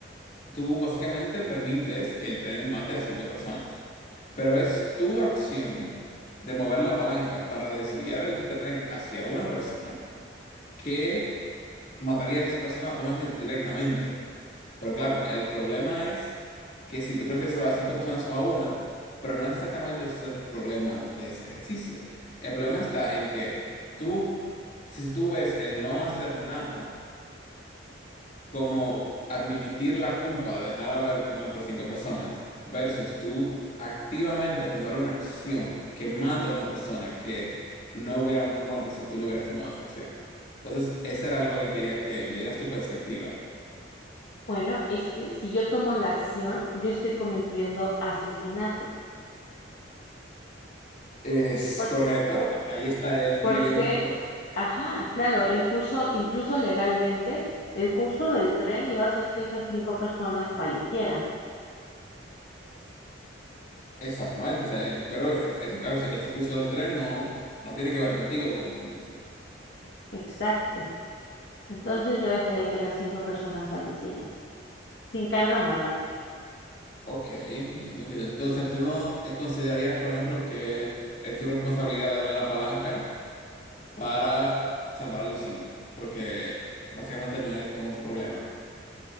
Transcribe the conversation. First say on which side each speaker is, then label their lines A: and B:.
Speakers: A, on the left; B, on the left.
A: tú básicamente permites que el tren mate a cinco personas. Pero es tu acción de mover la palanca para desviar el tren hacia una persona que matarías a esa persona, vamos a decir, directamente. Pero claro, el problema es que si tú prefieres salvar a cinco personas o a una, pero no es exactamente ese el problema de ese ejercicio. El problema está en que tú, si tú ves el no hacer nada como admitir la culpa de dejar haber muerto a cinco personas versus tú activamente tomar una acción que mata a una persona que no hubiera muerto si tú no hubieras tomado esa acción. Entonces, eso era lo que quería que me dieras tu perspectiva
B: Bueno, es que si yo tomo la acción, yo estoy cometiendo asesinato.
A: Es
B: Por-
A: correcto, ahí está el
B: porque,
A: dilema, pero
B: ajá, claro, el curso, incluso legalmente, el curso del tren iba a hacer que esas cinco personas fallecieran.
A: exactamente, o sea, el- pero es- claro, este curso del tren no, no tiene que ver contigo, como quien dice.
B: Exacto. Entonces yo dejaría que las cinco personas fallecieran, sin carga moral.
A: Ok, entiendo, entiendo. Entonces, ¿tú no considerarías, por ejemplo, que es tu responsabilidad darle la palanca para salvar a los cinco? Porque básicamente no es como tu problema.